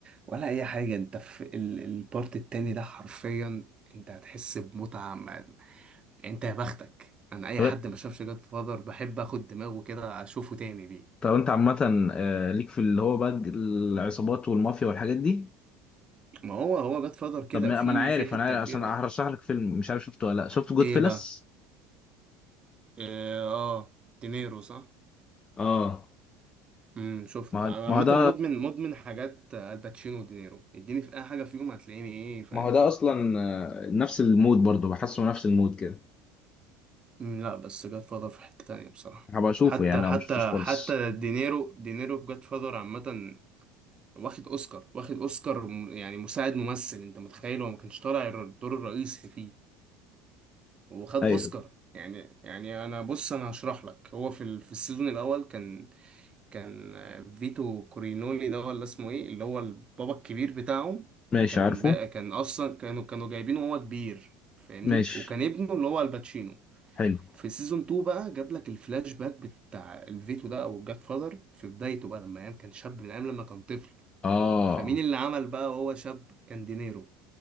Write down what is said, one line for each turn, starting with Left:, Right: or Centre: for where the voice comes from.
Right: ولا اي حاجه انت في ال- البارت التاني ده حرفيا انت هتحس بمتعه ما- يعني، انت يا بختك انا اي
Left: طب
Right: حد ما شافش جاد فاذر بحب اخد دماغه كده اشوفه تاني بيه
Left: طب انت عامة آه، ليك في اللي هو بقى العصابات والمافيا والحاجات دي
Right: ما هو هو جاد فاذر كده
Left: طب ما
Right: في
Left: ما انا عارف
Right: في حته
Left: انا عارف
Right: كبيره
Left: عشان هرشح
Right: أوي.
Left: لك فيلم مش عارف شفته ولا لا شفت جود
Right: ايه
Left: فيلس
Right: بقى إيه اه دينيرو صح
Left: اه
Right: امم شفته
Left: ما
Right: طبعا.
Left: هو
Right: انا
Left: ما
Right: عامه
Left: هو ده
Right: مدمن مدمن حاجات آه، الباتشينو ودينيرو اديني في اي حاجه فيهم هتلاقيني ايه فاهم
Left: ما هو ده اصلا آه، نفس المود برضه بحسه نفس المود كده
Right: مم، لا بس جاد فاذر في حتة تانية بصراحة
Left: هبقى اشوفه
Right: حتى
Left: يعني
Right: حتى
Left: او مشفتوش خالص
Right: حتى دينيرو دينيرو في جاد فاذر عامة واخد اوسكار واخد اوسكار م- يعني مساعد ممثل انت متخيل هو ما كانش طالع الر- الدور الرئيسي فيه وخد
Left: ايوه
Right: اوسكار يعني يعني انا بص انا هشرح لك هو في ال- في السيزون الاول كان كان آه، فيتو كورينولي ده ولا اسمه ايه اللي هو البابا الكبير بتاعهم
Left: ماشي
Right: كان
Left: عارفه
Right: بقى كان اصلا كانوا كانوا جايبينه وهو كبير فاهمني
Left: ماشي
Right: وكان ابنه اللي هو الباتشينو
Left: حلو
Right: في سيزون 2 بقى جاب لك الفلاش باك بتاع الفيتو ده او جاد فادر في بدايته بقى لما ايام كان شاب من ايام لما كان طفل
Left: اه
Right: فمين اللي عمل بقى وهو شاب كان دينيرو